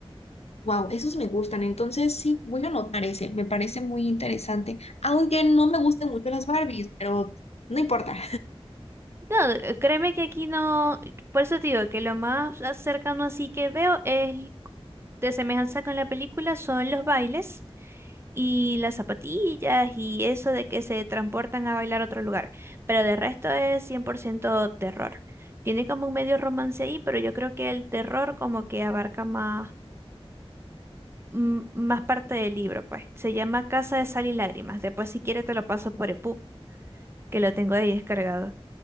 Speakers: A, on the left; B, on the right.
A: wow, esos me gustan, entonces sí, voy a anotar ese, me parece muy interesante, aunque no me gusten mucho las Barbies, pero no importa.
B: No, eh, créeme que aquí no, por eso te digo que lo más a- cercano así que veo es de semejanza con la película son los bailes y las zapatillas y eso de que se transportan a bailar a otro lugar, pero de resto es 100% terror. Tiene como un medio romance ahí, pero yo creo que el terror como que abarca más, mm, más parte del libro, pues. Se llama Casa de Sal y Lágrimas. Después si quieres te lo paso por EPUB, que lo tengo ahí descargado.